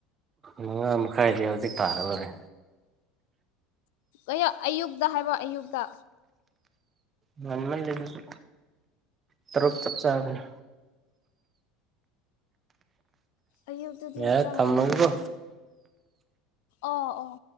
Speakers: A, on the right (about 25°); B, on the left (about 75°).
A: ꯃꯉꯥ ꯃꯈꯥꯏꯗꯤ ꯍꯧꯖꯤꯛ ꯇꯥꯔꯕꯔꯦ
B: ꯑꯌ ꯑꯌꯨꯛꯇ ꯍꯥꯏꯕ ꯑꯌꯨꯛꯇ
A: ꯃꯟ ꯃꯜ ꯂꯤꯗꯨꯁꯨ ꯇꯔꯨꯛ ꯆꯞ ꯆꯥꯕꯅ
B: ꯑꯌꯨꯛꯇꯨꯗꯤ
A: ꯌꯥꯔꯦ
B: ꯈꯔ꯭
A: ꯊꯝꯃꯒꯦꯀꯣ
B: ꯉꯥꯟꯃꯜꯂꯤ ꯑꯣ ꯑꯣ